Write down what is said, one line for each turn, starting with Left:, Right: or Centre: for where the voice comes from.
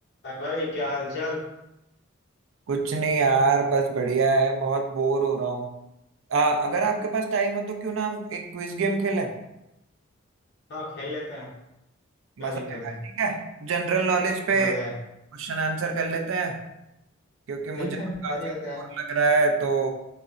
Left: हाय भाई क्या हाल चाल
Right: कुछ नहीं यार बस बढ़िया है बहुत बोर हो रहा हूँ आ, अगर आपके पास टाइम हो तो क्यों ना हम एक क्विज गेम खेलें
Left: हाँ खेल लेते हैं क्या
Right: मजा
Left: दिक्कत
Right: आएगा
Left: है
Right: ठीक है जनरल नॉलेज पे
Left: मजा है
Right: क्वेश्चन आंसर कर लेते हैं क्योंकि
Left: ठीक
Right: मुझे तो
Left: है
Right: काफी
Left: कर लेते
Right: बोर
Left: हैं
Right: लग रहा है तो